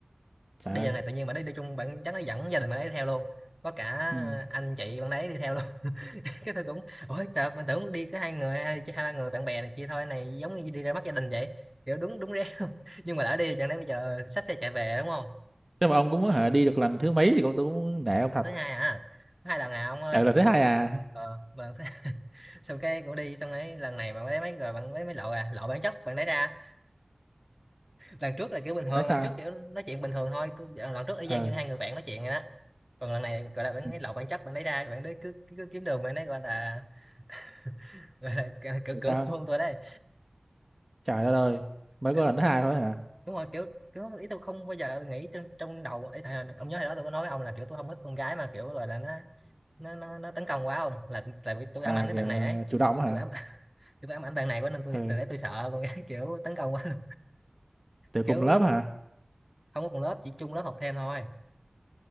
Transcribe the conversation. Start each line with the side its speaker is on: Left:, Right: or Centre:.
Right: trời
Centre: đi
Right: ơi
Centre: lần này tự nhiên bạn ấy đi chung bạn chắc nó dẫn gia đình bạn ấy theo luôn có cả
Right: ừ.
Centre: anh chị bạn ấy đi theo luôn <laughs> cái tôi cũng ôi trời mình tưởng đi có hai người hai hai ba người bạn bè này kia thôi này giống như đi ra mắt gia đình vậy kiểu đúng đúng ré luôn. <laughs> nhưng mà đã đi chẳng lẽ bây giờ xách xe chạy về đúng không
Right: nếu mà ông cũng muốn hả đi được lần thứ mấy thì cũng tôi cũng nể ông
Centre: lần
Right: thật
Centre: thứ hai à Có hai lần à ông ơi
Right: ở lần thứ hai à
Centre: ờ bạn <laughs> xong cái cũng đi xong ấy lần này bạn lấy mấy rồi bạn lấy mấy lậu à lậu bản chất bạn lấy ra lần trước là kiểu bình thường
Right: nói sao
Centre: lần trước kiểu nói chuyện bình thường thôi cứ- lần trước y chang
Right: ừ
Centre: như hai người bạn nói chuyện rồi đó còn lần này gọi là bạn
Right: Ừ.
Centre: lấy lậu bản chất bạn lấy ra bạn đấy cứ, cứ, cứ kiếm đường bạn đấy gọi là <laughs> gọi là cỡ
Right: Tại
Centre: cỡ cỡ
Right: sao
Centre: hôn tôi đây
Right: trời đất ơi mới
Centre: Em-
Right: có lần thứ
Centre: tôi,
Right: hai thôi hả
Centre: đúng rồi kiểu kiểu ý tôi không bao giờ nghĩ trong trong đầu ấy thầy, ông nhớ hồi đó tôi có nói với ông là kiểu tôi không thích con gái mà kiểu gọi là nó nó nó nó tấn công quá không là tại vì tôi
Right: à
Centre: ám ảnh cái
Right: kìa,
Centre: bạn này ấy
Right: chủ động
Centre: tôi
Right: á
Centre: tôi
Right: hả
Centre: ám <laughs> tôi ám ảnh bạn này quá nên tôi
Right: ừ
Centre: từ đấy tôi sợ con gái <laughs> kiểu tấn công quá luôn.
Right: từ
Centre: kiểu
Right: cùng lớp hả
Centre: không có cùng lớp chỉ chung lớp học thêm thôi